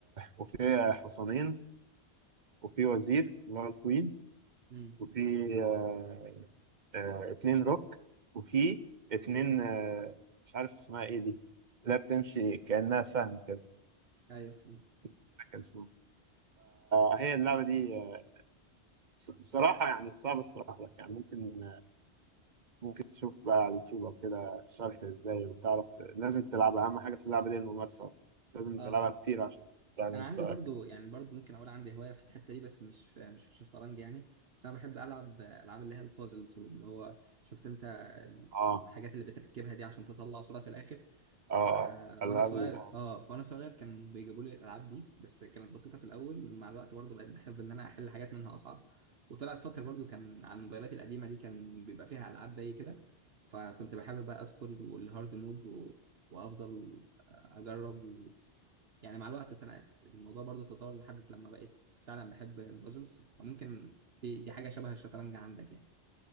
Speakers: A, on the right; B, on the right.
A: وفي حصانين وفي وزير اللي هو الكوين
B: امم
A: وفي آه، آه، اتنين روك وفي اتنين آه، مش عارف اسمها ايه دي لا بتمشي كأنها سهم كده
B: ايوه فهمت
A: مش فاكر اسمها فهي اللعبة دي آه، بصراحة يعني صعب اقتراح لك يعني ممكن ممكن تشوف بقى على اليوتيوب أو كده شرح ازاي وتعرف لازم تلعبها اهم حاجه في اللعبه دي الممارسه اصلا لازم
B: اه
A: تلعبها كتير عشان تعلي
B: انا
A: مستواك
B: عندي برضو يعني برضو ممكن اقول عندي هوايه في الحته دي بس مش مش في الشطرنج يعني بس انا بحب العب العاب اللي هي البازلز واللي هو شفت انت ال-
A: اه
B: الحاجات اللي بتركبها دي عشان تطلع صوره في الاخر ف
A: اه آه. العاب
B: وانا صغير
A: ال-
B: اه فانا صغير كان بيجيبوا لي الالعاب دي بس كانت بسيطه في الاول مع الوقت برضو بقيت بحب ان انا احل حاجات منها اصعب وطلعت فتره برضو كان على الموبايلات القديمه دي كان بيبقى فيها العاب زي كده فكنت بحب بقى ادخل والهارد مود و... وافضل اجرب يعني مع الوقت اتنقلت الموضوع برضو تطور لحد لما بقيت فعلا بحب البازلز وممكن دي, دي حاجة شبه الشطرنج عندك يعني